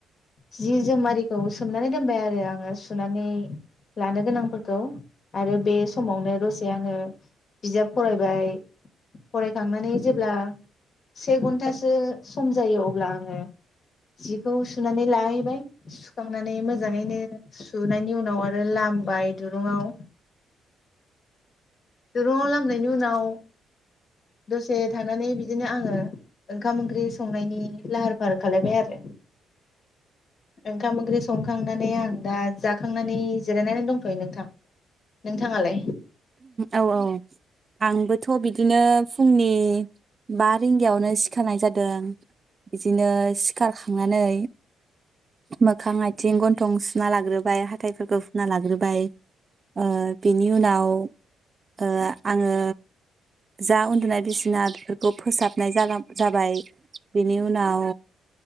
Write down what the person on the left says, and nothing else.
जि जोमारिखौ सोमनानै दोनबाय आरो आङो सुनानै लानो गोनांफोरखौ आरो बे समावनो दसे आङो बिजाब फरायबाय फरायखांनानै जेब्ला से घन्टासो सम जायो अब्ला आङो जिखौ सुनानै लाहैबाय सुखांनानै मोजाङैनो सुनायनि उनाव आरो लामबाय दुरुंआव दुरुङाव लामनायनि उनाव दसे थानानै बिदिनो आङो ओंखाम ओंख्रि संनायनि लाहार फाहार खालायबाय आरो ओंखाम ओंख्रि संखांनानै आं दा जाखांनानै जिरायनानै दंथ'यो नोंथां। नोंथाङालाय?